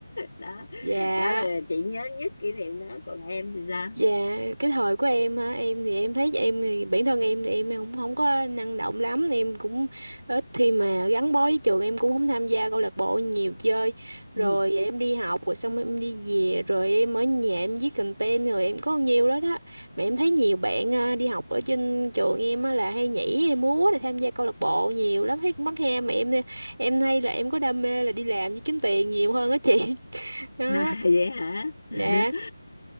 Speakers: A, on the left; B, on the right.
A: đó,
B: Dạ,
A: đó là chị nhớ nhất kỷ niệm đó còn em thì sao
B: Dạ cái thời của em hả em thì em thấy em thì bản thân em thì em không không có năng động lắm em cũng ít khi mà gắn bó với trường em cũng không tham gia câu lạc bộ nhiều chơi rồi
A: ừ.
B: em đi học rồi xong em đi về rồi em ở nhà em viết content rồi em có nhiều đó đó mà em thấy nhiều bạn à, đi học ở trên trường em á, là hay nhảy hay múa là tham gia câu lạc bộ nhiều lắm thấy cũng mắc he mà em em hay là em có đam mê là đi làm với kiếm tiền nhiều hơn á chị <laughs> đó
A: À, <laughs> vậy hả?
B: dạ
A: <laughs>